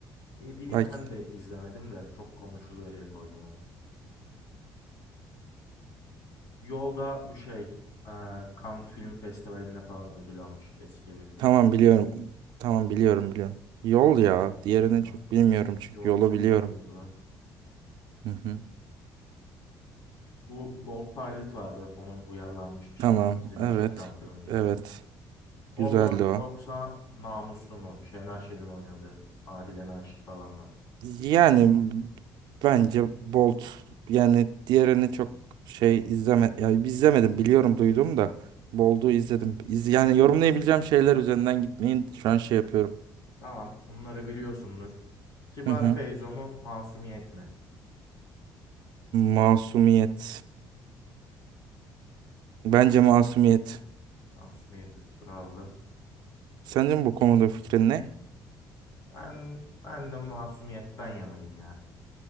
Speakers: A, on the left (about 50°); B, on the right (about 70°).
A: 7'yi
B: Bak
A: ben de izlemedim de çok konuşuluyor diye koydum onu. Yolda bu şey e, Cannes Film Festivali'nde falan ödül almış eski bir film.
B: tamam biliyorum. Tamam biliyorum biliyorum. Yol ya. Diğerini
A: O zaman
B: çok bilmiyorum çünkü
A: Yol'u
B: yolu
A: seçelim
B: biliyorum.
A: burada.
B: Hı hı.
A: Bu Bold Pilot vardı onun uyarlanmış bir şey
B: Tamam.
A: bizim
B: Evet.
A: için şampiyon diye.
B: Evet.
A: O
B: Güzeldi
A: mu yoksa
B: o.
A: Namuslu mu? Şener Şen'in oynadığı Adile Naşit falan var.
B: Yani bence Bolt yani diğerini çok şey izleme Yani izlemedim biliyorum duydum da Bolt'u izledim. İz, yani yorumlayabileceğim şeyler üzerinden gitmeyin şu an şey yapıyorum.
A: Tamam bunları biliyorsundur. Kibar
B: Hı hı.
A: Feyzo mu Masumiyet mi?
B: Masumiyet. Bence masumiyet.
A: Masumiyet üstüne aldım.
B: Senin bu konuda fikrin ne?
A: Ben, ben de Masumiyet'ten yanayım ya.